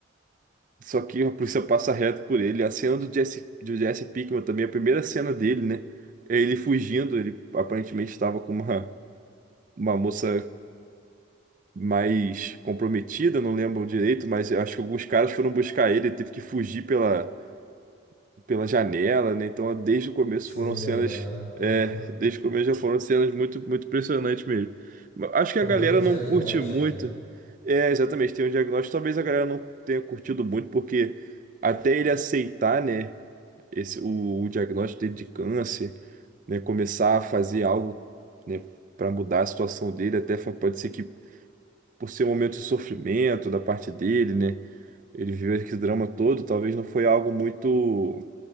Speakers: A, on the right; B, on the left.
A: Só que a polícia passa reto por ele. A cena do Jesse, do Jesse Pinkman também, a primeira cena dele, né? É ele fugindo, ele aparentemente estava com uma, uma moça mais comprometida, não lembro direito, mas eu acho que alguns caras foram buscar ele, ele teve que fugir pela, pela janela, né? Então, desde o começo
B: Segundo
A: foram cenas,
B: andar. aham.
A: é, desde o começo já foram cenas muito, muito impressionantes mesmo. Mas Acho que
B: Também
A: a galera
B: o diagnóstico,
A: não curte muito.
B: né?
A: É, exatamente, tem um diagnóstico, talvez a galera não tenha curtido muito, porque até ele aceitar, né? esse, o, o diagnóstico dele de câncer, né, começar a fazer algo, né, para mudar a situação dele, até fa- pode ser que por ser um momento de sofrimento da parte dele, né, ele viveu esse drama todo, talvez não foi algo muito,